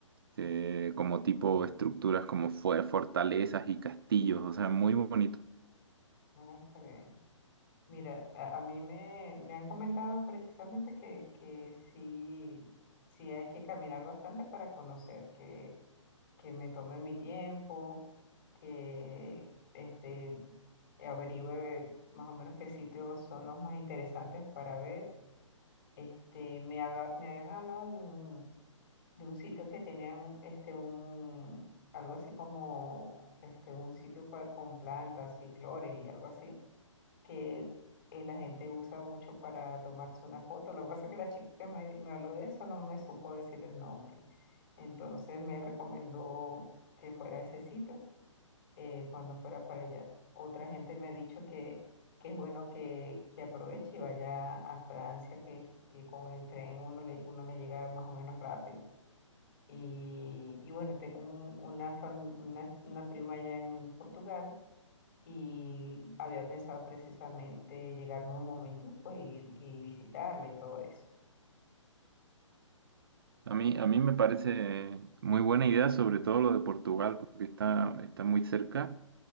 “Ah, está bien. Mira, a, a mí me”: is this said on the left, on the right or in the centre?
Left